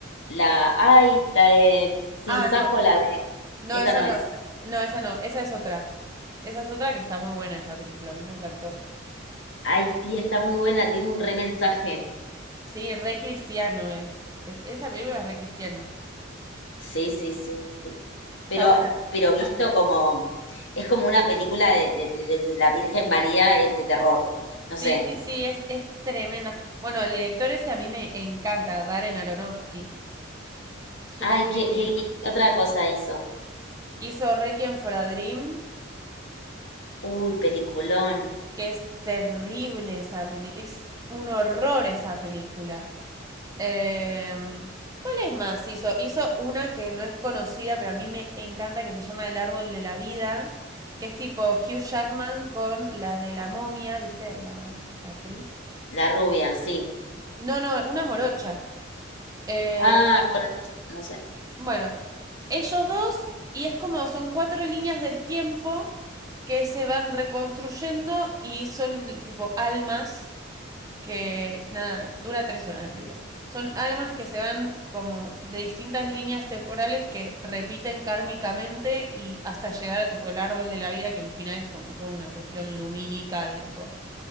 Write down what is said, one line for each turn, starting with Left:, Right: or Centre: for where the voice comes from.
Left: la ay, la de Sinsajo,
Right: Ah, no.
Left: la de
Right: No,
Left: esa
Right: esa
Left: no es.
Right: no. No, esa no. Esa es otra. Esa es otra que está muy buena esa película. A mí me encantó.
Left: Ay, sí, está muy buena, tiene un re mensaje.
Right: Sí, re cristiano es. es- Esa película es re cristiana.
Left: Sí, sí, sí.
Right: Está
Left: Pero,
Right: buena.
Left: pero visto como, es como una película de, de- de- de la Virgen María eh, de terror. No
Right: Sí,
Left: sé.
Right: sí, sí, es, es tremenda. Bueno, el director ese a mí me encanta, Darren Aronofsky. Súper
Left: Ay,
Right: creepy.
Left: ¿qué, qué, qué otra cosa hizo?
Right: Hizo Requiem for a Dream,
Left: Uy, peliculón.
Right: que es terrible esa peli. Es un horror esa película. Eh, ¿Cuál es más? Hizo, hizo una que no es conocida, pero a mí me encanta, que se llama El Árbol de la Vida, que es tipo Hugh Jackman con la de la momia, ¿viste? La, la actriz.
Left: La rubia, sí.
Right: No, no, una morocha. Eh,
Left: Ah, bueno, no sé.
Right: bueno, ellos dos, y es como son cuatro líneas del tiempo que se van reconstruyendo y son tipo almas que nada, dura tres horas la película. Son almas que se van como de distintas líneas temporales que repiten kármicamente y hasta llegar a tipo el árbol de la vida, que el final es como toda una cuestión lumínica de tipo